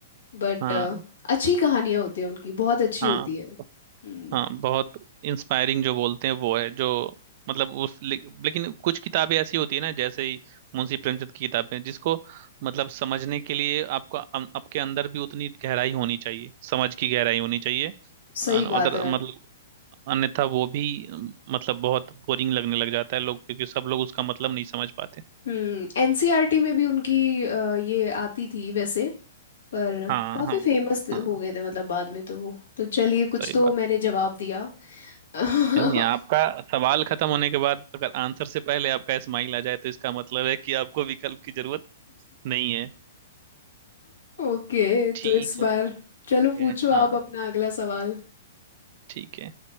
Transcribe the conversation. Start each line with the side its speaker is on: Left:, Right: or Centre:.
Left: बट
Right: हाँ
Left: अच्छी कहानियां होती है उनकी बहुत अच्छी
Right: हाँ
Left: होती है हम्म
Right: हाँ बहुत इंस्पायरिंग जो बोलते हैं वो है जो मतलब उस ले, लेकिन कुछ किताबें ऐसी होती है ना जैसे ही मुंशी प्रेमचंद की किताबें जिसको मतलब समझने के लिए आपको अं- आपके अंदर भी उतनी गहराई होनी चाहिए समझ की गहराई होनी चाहिए अन-
Left: सही बात
Right: अदर
Left: है
Right: मतलब अन्यथा वो भी अम, मतलब बहुत बोरिंग लगने लग जाता है लोग क्योंकि सब लोग उसका मतलब नहीं समझ पाते
Left: हम्म एनसीईआरटी में भी उनकी अ, ये आती थी वैसे पर
Right: हाँ
Left: काफी
Right: हाँ
Left: फेमस
Right: हाँ
Left: हो गए थे मतलब बाद में तो वो तो चलिए कुछ
Right: सही
Left: तो
Right: बात
Left: मैंने जवाब दिया <laughs>
Right: नहीं नहीं आपका सवाल खत्म होने के बाद अगर आंसर से पहले आपका स्माइल आ जाए तो इसका मतलब है कि आपको विकल्प की जरूरत नहीं है
Left: ओके तो
Right: ठीक
Left: इस बार चलो
Right: है
Left: पूछो
Right: हाँ
Left: आप अपना अगला सवाल
Right: ठीक है